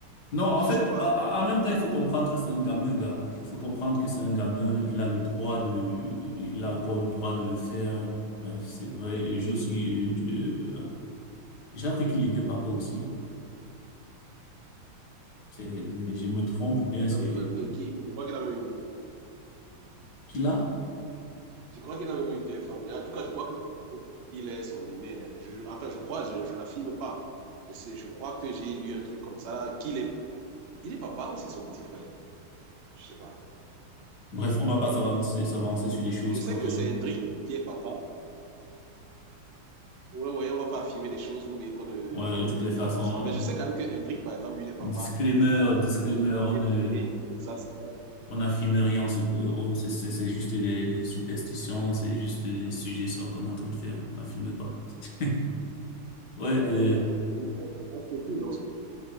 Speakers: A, on the left; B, on the right.
A: Non, en
B: Je
A: fait,
B: sais pas.
A: en en- même temps, il faut comprendre que c'est un gamin, gars. Il faut comprendre que c'est un gamin. Il a le droit de, de- de- il a encore le droit de le faire. Bref, c'est vrai. Et Je suis, euh, du- euh, j'ai appris qu'il était papa aussi. C'est, je je me trompe ou bien c'est
B: Euh, et qui- je crois qu'il a même une vieille,
A: qu'il a.
B: je crois qu'il a même une vieille femme. Mais en tout cas, je crois qu'il est son aîné. hein. Je, enfin, je crois, je, je n'affirme pas. Je sais, je crois que j'ai lu un truc comme ça, là, qu'il est, il est papa ou c'est son petit frère? Je sais pas.
A: Bref, on va pas s'avancer, s'avancer sur des choses
B: Je sais
A: comme,
B: que c'est Hendrik qui est papa. Ouais, ouais, on va pas affirmer des choses, oui, oui, qu'on ne,
A: ouais,
B: qu'on
A: de toutes
B: ne maîtrise
A: les façons.
B: pas forcément. Mais je sais quand même que Hendrik, par exemple, lui, il est papa.
A: Disclaimer,
B: Il a
A: disclaimer, on
B: tué
A: ne,
B: son aîné. Ça, c'est pas-
A: On n'affirme rien, on se, oh, c'est c'est- c'est juste des, des superstitions, c'est juste des suggestions qu'on est en train de faire. On n'affirme pas. <laughs> Ouais,
B: on-
A: euh,
B: on- on- on se coule, on se coule.